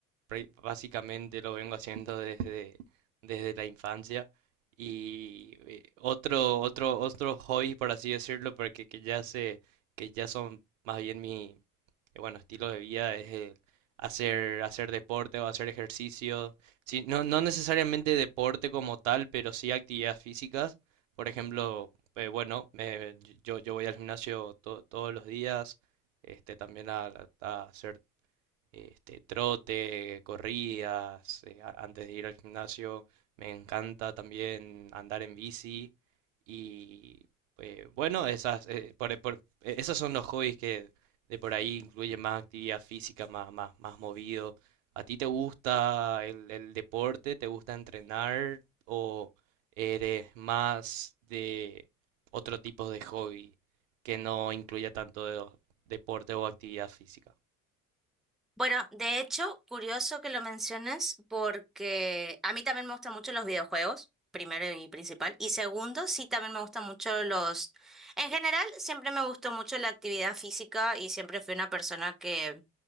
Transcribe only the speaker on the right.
prá- básicamente lo vengo haciendo desde, desde la infancia. Y eh, otro, otro, otro hobby, por así decirlo, pero que, que ya se, que ya son más bien mi, eh, bueno, estilo de vida, es el hacer, hacer deporte o hacer ejercicio. Sí, no, no necesariamente deporte como tal, pero sí actividades físicas. Por ejemplo, eh, bueno, eh, yo, yo voy al gimnasio to- todos los días, este, también a, a hacer este, trote, corridas, eh, a- antes de ir al gimnasio. Me encanta también andar en bici. Y eh, bueno, esas, eh, por- por- eh, esos son los hobbies que de por ahí incluyen más actividad física, más, más, más movido. ¿A ti te gusta el, el deporte? ¿Te gusta entrenar? ¿O eres más de otro tipo de hobby que no incluya tanto de- deporte o actividad física?